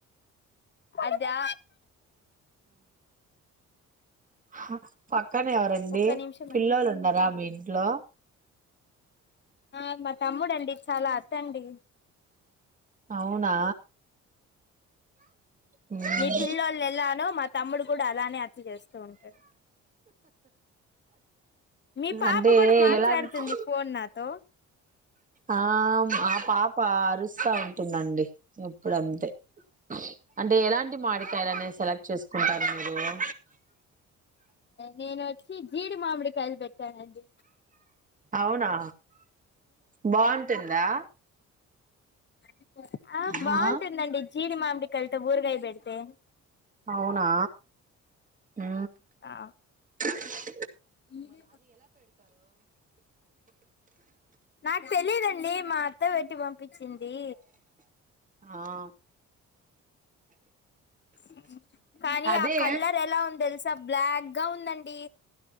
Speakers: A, on the left; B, on the right.
A: ఆదా
B: ఆ పక్కనే ఎవరండి
A: ఒక్క నిమిషం
B: పిల్లలు
A: అండి
B: ఉన్నారా మీ ఇంట్లో,
A: ఆ మా తమ్ముడండి చాలా అతి అండి,
B: అవునా మ్మ్
A: మీ పిల్లోల్లు ఎలానో మా తమ్ముడు కూడా అలా అతి చేస్తూ ఉంటాడు, మీ పాప
B: అంటే
A: కూడా మాట్లాడుతుంది
B: ఎలాంటి
A: ఫోన్ నాతో,
B: ఆ ఆ పాప అరుస్తా ఉ ఉంటుందండి ఎప్పుడు అంతే అంటే ఎలాంటి, మాడికాయాలని సెలెక్ట్ చేసు, కుంటారు <inaudible>
A: నేను వచ్చి జీడి మామిడి కాయలు బెట్టి, పెట్టానండి,
B: అవునా బాగుంటుందా
A: <inaudible> ఆ,
B: హా
A: బాగుంటుందండి. <inaudible> జీడి మామిడి. కల్తే ఊరగాయ బడితే.
B: అవునా హ్!
A: ఆ
B: <unintelligible> ఎమ్మ. <inaudible>
A: <unintelligible> నాకు తెలీద అండి! మా అత్త పెట్టి పంప్. పిచ్చింది.
B: ఆ!
A: <inaudible> కానీ
B: అదే
A: ఆ కలర్, ఎలా ఉందో తెలుసా? బ్లాక్‌గా ఉంది అండి.